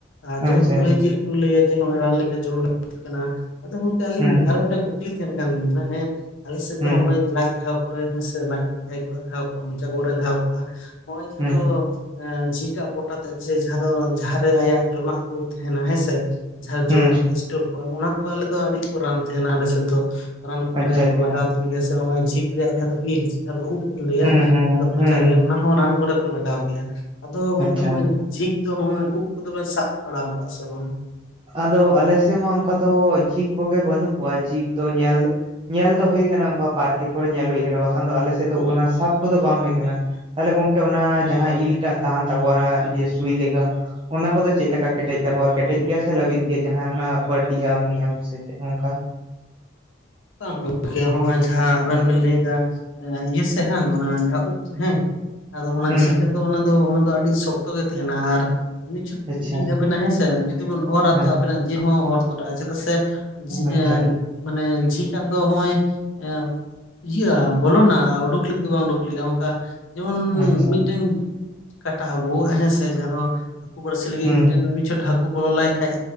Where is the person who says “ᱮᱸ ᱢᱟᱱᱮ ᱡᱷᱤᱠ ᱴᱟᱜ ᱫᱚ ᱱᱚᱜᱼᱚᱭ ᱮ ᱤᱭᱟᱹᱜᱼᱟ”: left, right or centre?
Left